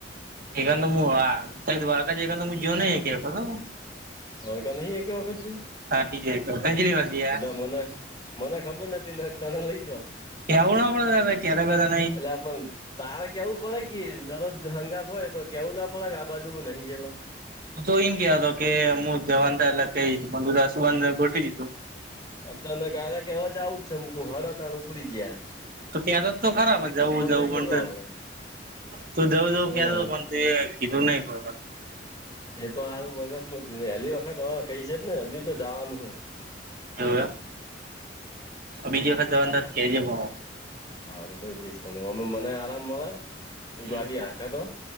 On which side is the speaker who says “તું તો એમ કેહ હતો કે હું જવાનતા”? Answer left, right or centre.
Right